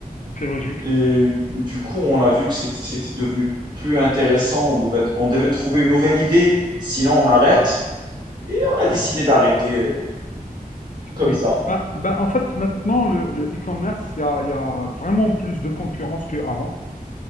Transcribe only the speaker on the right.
Et du coup, on a vu que c'était c'était devenu plus intéressant. On devait, on devait trouver une nouvelle idée. Sinon, on arrête.
Et on a décidé
d'arrêter euh, comme
ça.